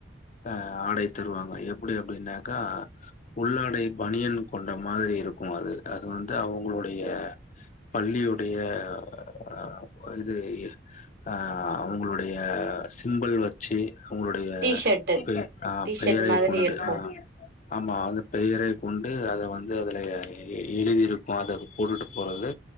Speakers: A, on the left (about 40°); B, on the right (about 55°).
A: ஆ ஆடை தருவாங்க எப்டி அப்டின்னாக்கா உள்ளாடை பணியன் கொண்ட மாரி இருக்கு அது அது வந்து அவங்களுடைய பள்ளி உடைய அ இது அ அவுங்களுடைய சிம்பிள் வச்சி ஒங்களுடைய
B: டீ ஷர்ட்டு
A: பெ அ
B: டீ
A: பேரை
B: ஷர்ட் மாதிரி
A: கொண்டு
B: இருக்கு
A: அ ஆமா அது பெயரை கொண்டு அத வந்து அதுல எ எழுதிருப்பா அத போட்டுட்டு போறது